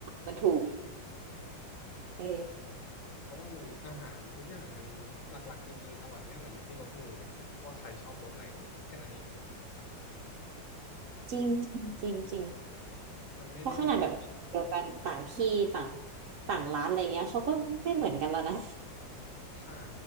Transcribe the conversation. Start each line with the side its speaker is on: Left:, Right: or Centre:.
Right: มันถูกเออ
Left: เพราะว่ามันอาหารทุกอย่างมันหลักๆจริงๆอร่อยไม่อร่อยอยู่ที่รสมือเลยว่าใครชอบรสไหนแค่นั้นเอง
Right: จริงจริงจริงจริง
Left: มันไม่ได้มีแบบ
Right: เพราะขนาดแบบเดียวกันต่างที่ต่างต่างร้านอะไรเงี้ยเขาก็ไม่เหมือนกันแล้วนะ
Left: ใช่